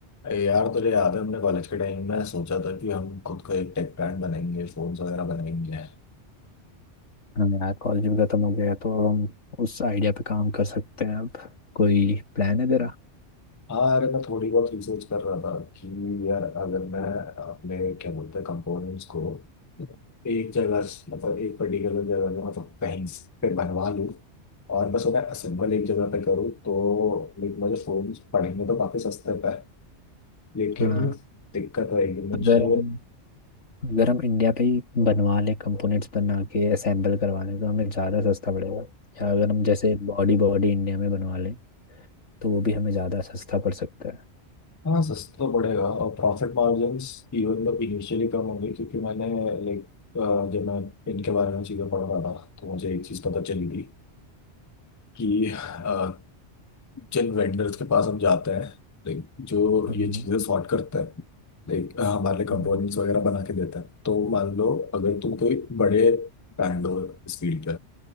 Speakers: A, on the left; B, on the left.
A: अरे यार तुझे याद है हमने कॉलेज के टाइम में सोचा था कि हम खुद का एक टेक ब्रांड बनाएंगे फोन्स वगैरह बनाएंगे
B: हाँ यार कॉलेज भी खत्म हो गया है तो अब हम उस आइडिया पे काम कर सकते हैं अब कोई प्लान है तेरा
A: हाँ अरे मैं थोड़ी बहुत रिसर्च कर रहा था कि यार अगर मैं अपने क्या बोलते हैं कंपोनेंट्स को एक जगह से- मतलब एक पर्टिकुलर जगह में मतलब कहीं से बनवा लूँ और बस उन्हें असेंबल एक जगह पे करूँ तो लाइक मुझे फोन पड़ेंगे तो काफ़ी सस्ते पे लेकिन
B: हाँ
A: दिक्कत रहेगी मुझे
B: अगर हम अगर हम इंडिया पे ही बनवा लें कंपोनेंट्स बना के असेंबल करवा लें तो हमें ज़्यादा सस्ता पड़ेगा या अगर हम जैसे बॉडी बॉडी इंडिया में बनवा लें तो वो भी हमें ज़्यादा सस्ता पड़ सकता है
A: हाँ सस्ता तो पड़ेगा और प्रॉफिट मार्जिन्स इवन तो इनिशियली कम होंगे क्योंकि मैंने लाइक जब मैं इनके बारे में चीज़ें पढ़ रहा था तो मुझे एक चीज़ पता चली थी कि अ, जिन वेंडर्स के पास हम जाते हैं लाइक जो
B: हाँ
A: ये चीज़ें सॉर्ट करते हैं लाइक हमारे लिए कंपोनेंट्स
B: हम्म,
A: वगैरह बना के देते हैं तो मान लो अगर तुम कोई बड़े ब्रांड हो इस फील्ड